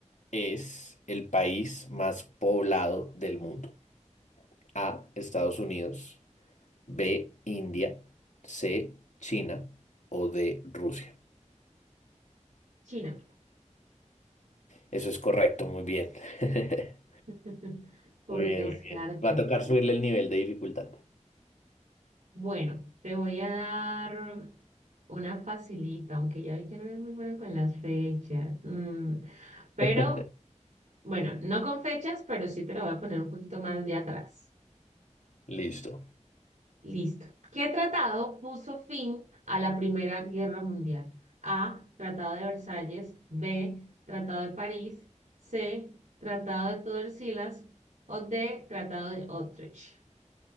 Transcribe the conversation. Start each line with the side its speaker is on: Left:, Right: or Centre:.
Left: es el país más poblado del mundo? A, Estados Unidos. B, India, C, China o D, Rusia.
Right: China.
Left: Eso es correcto, muy bien. <laughs>
Right: <laughs> Por
Left: Muy bien,
Right: descarte.
Left: muy bien. Va a tocar subirle el nivel de dificultad.
Right: Bueno, te voy a dar una facilita, aunque ya vi que no eres muy buena con las fechas. Mm, Pero,
Left: <laughs>
Right: bueno, no con fechas, pero sí te la voy a poner un poquito más de atrás.
Left: Listo.
Right: Listo. ¿Qué tratado puso fin a la Primera Guerra Mundial? A. Tratado de Versalles. B. Tratado de París. C. Tratado de Tordesillas. O D. Tratado de Utrecht.